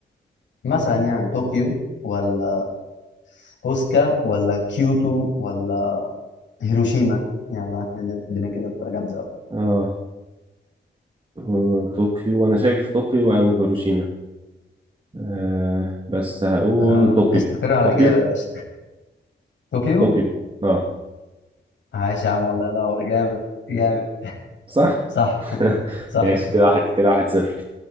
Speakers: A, on the left; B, on the right.
A: مثلا يعني طوكيو ولا أوسكا ولا كيوتو ولا هيروشيما يلا يلا الدنيا كده تبقى جامدة أوي
B: اه آه، طوكيو انا شايف طوكيو او هيروشيما آه بس هقول
A: آه...
B: طوكيو
A: استقر على
B: طوكيو
A: إجابة يا باشا <laughs> طوكيو
B: طوكيو اه
A: عايش يا عم الله ينور جامد جامد
B: صح
A: صح
B: <laughs>
A: صح
B: ماشي كده واحد كده واحد صفر